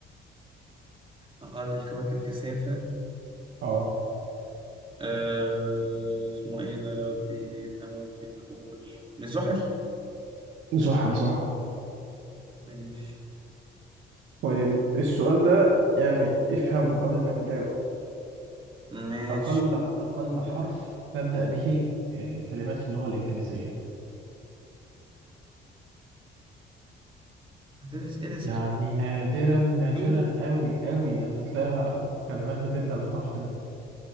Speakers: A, on the right; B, on the right.
A: أقل الكواكب كثافة
B: اه
A: آه اسمه إيه ده يا ربي إحنا ممكن نقول الزحل
B: زحل صح
A: ماشي
B: طيب السؤال ده يعني افهمه قبل ما تجاوب
A: ماشي
B: اقل اقل حرف تبدأ به الكلمات في اللغة الإنجليزية
A: ده أسئلة سخيفة
B: يعني نادرا نادرا
A: يو
B: قوي قوي لما تلاقي كلمات بتبدأ بالحرف ده